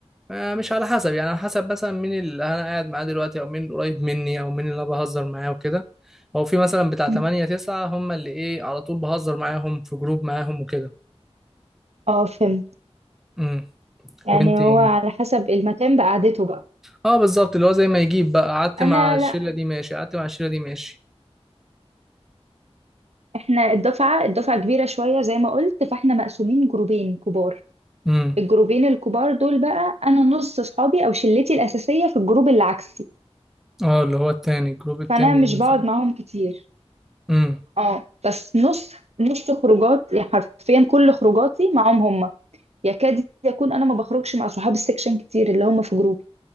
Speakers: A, in the centre; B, on the right.
A: آه، مش على حسب يعني على حسب مثلا مين اللي انا قاعد معاه دلوقتي او مين اللي قريب مني او مين اللي انا بهزر معاه وكده او في مثلا بتاع
B: مم.
A: 8 9 هم اللي ايه على طول بهزر معاهم في جروب معاهم وكده
B: اه فهمت
A: امم
B: يعني
A: وانتي
B: هو على حسب المكان بقعدته بقى
A: اه بالظبط اللي هو زي ما يجيب بقى قعدت
B: انا
A: مع الشلة
B: لا
A: دي ماشي قعدت مع الشلة دي ماشي
B: احنا الدفعة الدفعة كبيرة شوية زي ما قلت فاحنا مقسومين جروبين كبار
A: امم
B: الجروبين الكبار دول بقى انا نص صحابي او شلتي الاساسية في الجروب اللي عكسي
A: اه اللي هو التاني الجروب التاني
B: فانا مش
A: مثلا
B: بقعد معاهم كتير
A: امم
B: اه بس نص نص خروجات يعني حرفيا كل خروجاتي معاهم هما يكاد يكون انا ما بخرجش مع صحاب السكشن كتير اللي هما في جروبي